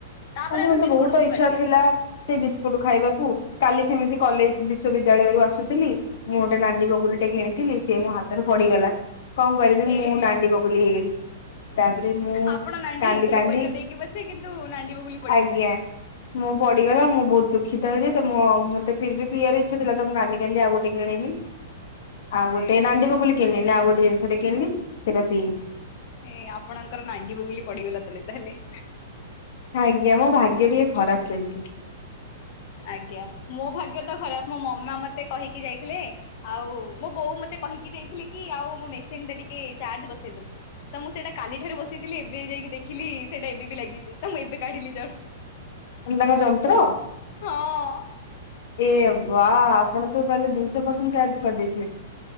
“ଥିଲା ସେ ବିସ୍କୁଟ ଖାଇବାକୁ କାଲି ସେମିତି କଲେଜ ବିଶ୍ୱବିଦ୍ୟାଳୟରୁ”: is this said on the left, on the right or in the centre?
Left